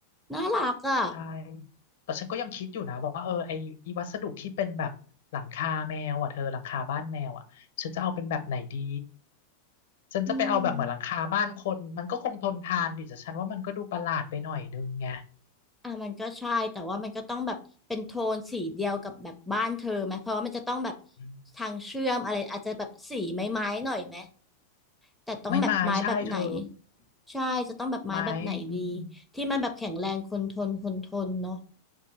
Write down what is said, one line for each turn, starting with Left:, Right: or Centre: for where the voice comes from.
Centre: น่ารักอ่ะ
Left: ใช่แต่ฉันก็ยังคิดอยู่นะว่าเออไอไอวัสดุที่เป็นแบบหลังคาแมวอ่ะเธอหลังคาบ้านแมวอ่ะฉันจะเอาเป็นแบบไหนดีฉันจะไปเอาแบบเหมือนหลังคาบ้านคนมันก็คงทนทานดิแต่ฉันว่ามันก็ดูประหลาดไปหน่อยนึงไง
Centre: อืมอ่ะมันก็ใช่แต่ว่ามันก็ต้องแบบเป็นโทนสีเดียวกับแบบบ้านเธอไหมเพราะว่ามันจะต้องแบบ
Left: อืม
Centre: ทางเชื่อมอะไรอาจจะแบบสีไม้ๆหน่อยไหมแต่ต้องแบบไม้แบบไหน
Left: ไม้ไม้ใช่เธอ
Centre: ใช่จะต้องแบบไม้แบบไหนดีที่มันแบบแข็งแรงคนทนคนทนเนาะ
Left: ไม้อืม